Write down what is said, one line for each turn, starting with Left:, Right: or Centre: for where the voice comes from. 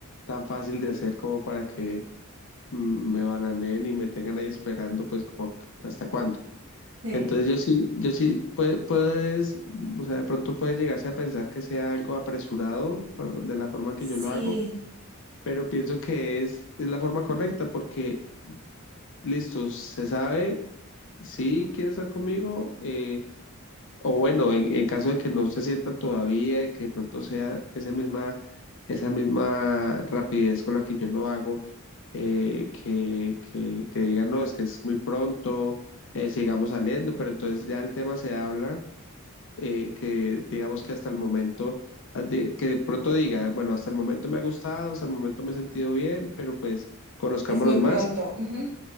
Left: tan fácil de hacer como para que mm, me bananeen y me tengan ahí esperando, pues como que, hasta cuándo.
Right: Sí.
Left: Entonces yo sí, yo sí, puede, puedes, o sea, de pronto puede llegarse a pensar que sea algo apresurado cu- de la forma
Right: Sí,
Left: que yo lo hago, pero pienso que es, es la forma correcta porque, listo, se sabe, si quiere estar conmigo, eh, O bueno, en, en caso de que no se sienta todavía y que de pronto sea esa misma, esa misma rapidez con la que yo lo hago, eh, que, que, que digan, no, es que es muy pronto, eh, sigamos saliendo, pero entonces ya el tema se habla, eh, que digamos que hasta el momento, ah, de- que de pronto diga, bueno, hasta el momento me ha gustado, hasta el momento me he sentido bien, pero pues conozcámonos
Right: es muy
Left: más,
Right: pronto. ujú,